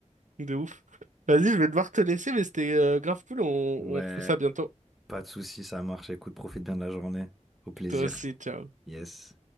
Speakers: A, on the right; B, in the centre.
A: De ouf. Vas-y, je vais devoir te laisser, mais c'était euh, grave cool. On,
B: Ouais,
A: on refait ça bientôt.
B: pas de souci, ça marche. Écoute, profite bien de la journée. Au plaisir.
A: Toi aussi, ciao.
B: Yes.